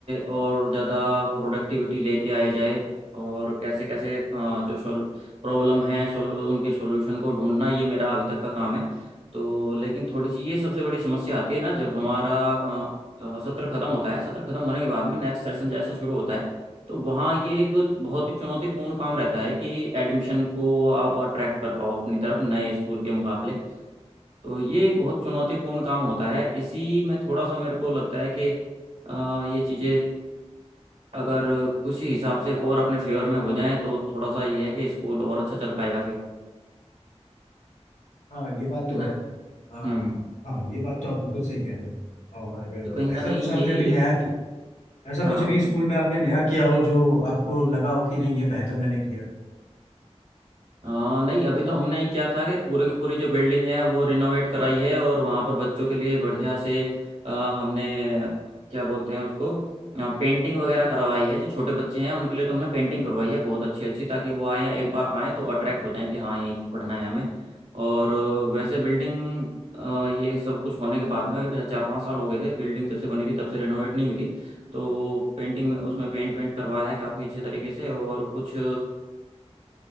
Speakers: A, on the right; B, on the left.
A: और ज़्यादा प्रोडक्टिविटी लेके आई जाए और कैसे कैसे आ, जो सोल प्रॉब्लम है सोल उनके सॉल्यूशन को ढूंढना ये मेरा अभी तक का काम है तो लेकिन थोड़ी सी ये सबसे बड़ी समस्या आती है ना जब हमारा आ, आ, सत्र खत्म होता है सत्र खत्म होने के बाद में नेक्स्ट सेशन जैसा शुरू होता है तो वहाँ ये एक बहुत ही चुनौतीपूर्ण काम रहता है कि एडमिशन को आप अट्रैक्ट कर पाओ अपनी तरफ नए स्कूल के मुकाबले तो ये एक बहुत चुनौतीपूर्ण काम होता है इसी में थोड़ा सा मेरे को लगता है कि अ, ये चीज़ें अगर किसी हिसाब से और अपने फेवर में हो जाएं तो थोड़ा सा ये है कि स्कूल और अच्छा चल पाएगा फिर
B: हाँ ये बात तो
A: है ना
B: है आ,
A: हम्म
B: हाँ ये बात तो आप बिल्कुल सही कह रहे हैं और
A: तो कहीं
B: अ,
A: ना
B: ऐसा
A: कहीं
B: कुछ आपने
A: यही
B: अभी नया
A: एक
B: कि- ऐसा
A: हाँ
B: कुछ अभी स्कूल में आपने नया किया हो जो आपको लगा हो कि नहीं ये बेहतर मैंने किया
A: आ, नहीं अभी तो हमने क्या था कि पूरे की पूरी जो बिल्डिंग है वो रिनोवेट कराई है और वहाँ पर बच्चों के लिए बढ़िया से आ, हमने क्या बोलते हैं उसको पेंटिंग वगैरह करवाई है जो छोटे बच्चे हैं उनके लिए तो हमने पेंटिंग करवाई है बहुत अच्छी अच्छी ताकि वो आए एक बार आए तो अट्रैक्ट हो जाए कि हाँ यहीं पढ़ना है हमें और आ, वैसे बिल्डिंग आ, ये सब कुछ होने के बाद में अभी पिछले चार पाँच साल हो गए थे बिल्डिंग जब से बनी थी तब से रिनोवेट नहीं हुई थी तो पेंटिंग में उसमें पेंट वेंट करवाया है काफ़ी अच्छे तरीके से और कुछ